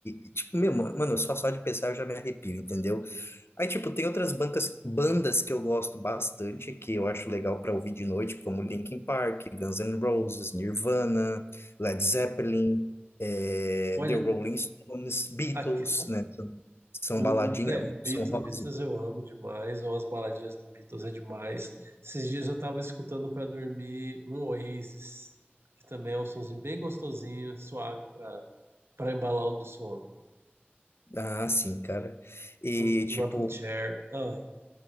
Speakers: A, on the left; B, on the right.
A: E, e, tipo, meu, ma- mano, só só de pensar eu já me arrepio, entendeu? Aí, tipo, tem outras bancas, bandas que eu gosto bastante, que eu acho legal pra ouvir de noite, como Linkin Park, Guns N' Roses, Nirvana, Led Zeppelin, eh,
B: Olha,
A: The Rolling Stones, Beatles,
B: aque-
A: né? São, são
B: O,
A: baladinhas,
B: é, Beatles,
A: são rocks.
B: Beatles eu amo demais, ou as baladinhas do Beatles é demais. Esses dias eu tava escutando pra dormir um Oasis, que também é um sonzinho bem gostosinho, suave pra, pra embalar o no sono.
A: Ah, sim, cara. E,
B: Um rocking
A: tipo,
B: chair. Ah,